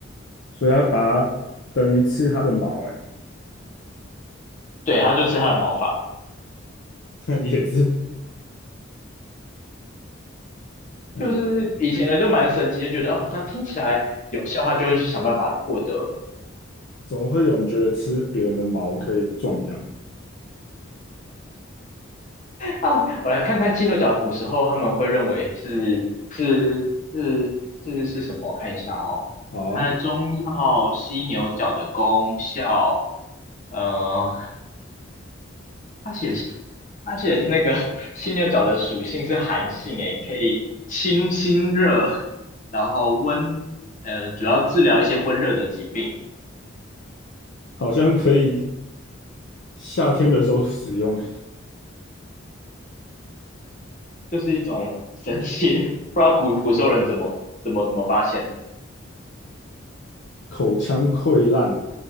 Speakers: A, on the left; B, on the left.
A: 所以它把它等于吃它的毛、欸
B: 对，他就吃它的毛发。
A: 哎，<laughs> 也是，嗯，
B: 就是以前人就蛮神奇，就觉得哦，好像听起来有效，他就会去想办法获得。
A: 总会有人觉得吃别人的毛可以壮阳？
B: 啊，我来看看犀牛角古时候他们会认为是是是是是什么？我看一下哦，
A: 好啊，
B: 它的中药犀牛角的功效，呃，而它写它写那个 <laughs> 犀牛角的属性是寒性，诶，可以清心热，然后温，呃，主要治疗一些温热的疾病。
A: 好像可以夏天的时候使用。
B: 就是一种神奇，<laughs> 不知道古古时候人怎么怎么怎么发现的，
A: 口腔溃烂，